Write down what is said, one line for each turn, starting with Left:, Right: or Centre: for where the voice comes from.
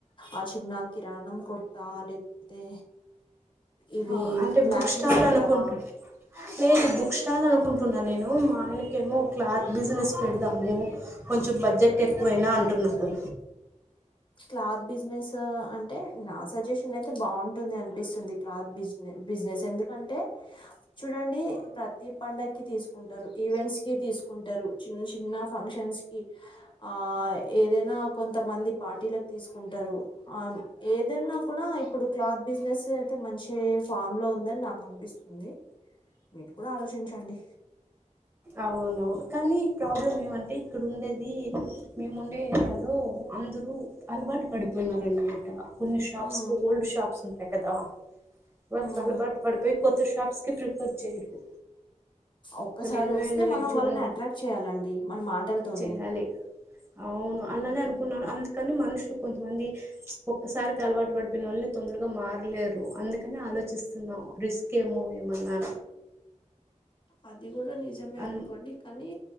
Left: ఆ చిన్న కిరాణం కొట్ట లేకపోతే ఇవి
Right: ఆ అంటే బుక్
Left: మ్యాచింగ్
Right: స్టాల్
Left: సెంటరా
Right: అనుకుంటు లేదు బుక్ స్టాల్ అనుకుంటు న్నా నేను మా ఆయనకెమో క్లాత్ బిజినెస్ పెడదాములె కొంచెం బడ్జెట్ ఎక్కువైనా అంటున్నా నారూ
Left: క్లాత్ బిజినెస్ అంటే నా సజెషన్ అయితే బాగుంటుంది అన్ పిస్తుంది క్లోత్ బిజి బిజీనెస్ ఎందుకంటే చూడండి ప్రతి పండగకి తీస్కు టారు ఈవెంట్ కి తీసుకుంటారు చిన్న చిన్న ఫంక్షన్కీ ఆ ఏదైనా కొంతమంది పార్టీలకు తీసుకుంటారు ఆల్ ఏదైన్నా కూడా ఇప్పుడు క్లాత్ బిజినెస్ అయితే మంచి ఫామ్ లో ఉందని నాకు అనిపిస్తుంది మీరు కూడా ఆలోచించండి
Right: అవునవును కానీ ప్రాబ్లం ఏమంటే ఇక్కడ ఉండేది మేము ఉండే ఏరియాలో అందరు అలవాటు పడిపోయినార అనమాట కొన్ని షాప్స్
Left: ఉమ్
Right: కు ఓల్డ్ షాప్స్ ఉంటాయి కదా వాళ్ళు
Left: ఉమ్
Right: కలబాటు పడిపోయి కొత్త షాప్స్ కి ప్రిఫర్ చేయరు
Left: ఒక్కసారి
Right: వాళ్ళు ఎన్నో
Left: వస్తే
Right: ఏళ్ళ
Left: మనం
Right: నుంచి
Left: వాళ్ళని
Right: ఉన్
Left: అట్రాక్ట్ చేయాలండి మన మాటలతోనే
Right: చేయాలి అవును అలానే
Left: ఉమ్
Right: అనుకున్నాను అందు కానీ మనుషులు కొంతమంది ఒక్కసారికి అలవాటు పడిపోయిన వాళ్ళని తొందరగా మారలేరు అందుకని ఆ ఆలోచిస్తున్నాం రిస్క్ ఏమోమన్నా
Left: అది కూడా నిజమే
Right: అన్
Left: అనుకోండి కానీ